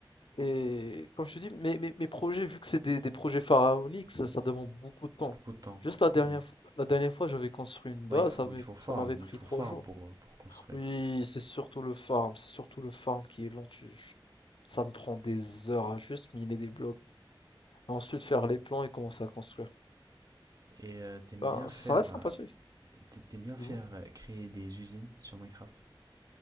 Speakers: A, on the left; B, on the right.
A: Et comme je te dis, mes, mes, mes projets, vu que c'est des, des projets pharaoniques, ça, ça demande beaucoup de temps.
B: Beaucoup de temps.
A: Juste la dernière,
B: Hmm.
A: fo- la dernière fois, j'avais construit une
B: Bah,
A: base,
B: il faut,
A: ça m'avait
B: il faut farm,
A: ça m'avait pris
B: il faut
A: trois
B: farm
A: jours.
B: pour, euh, pour construire.
A: Oui, c'est surtout le farm, c'est surtout le farm qui est lent. tu- je- ça me prend des heures à juste miner des blocs, et ensuite faire les plans et commencer à construire.
B: Et euh, t'aimes
A: Ben,
B: bien faire,
A: ça, ça reste
B: euh,
A: sympathique,
B: T'a- T'aimes bien
A: dis-moi.
B: faire euh, créer des usines sur Minecraft?